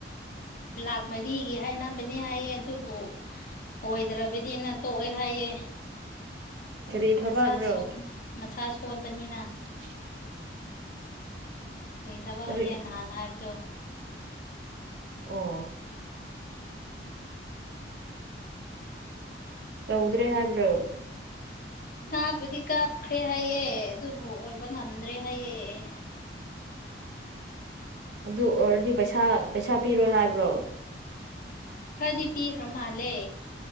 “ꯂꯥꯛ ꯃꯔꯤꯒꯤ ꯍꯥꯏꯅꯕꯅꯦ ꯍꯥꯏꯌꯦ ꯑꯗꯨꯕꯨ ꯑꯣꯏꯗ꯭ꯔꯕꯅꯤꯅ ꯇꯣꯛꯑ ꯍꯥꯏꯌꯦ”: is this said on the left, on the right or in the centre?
Left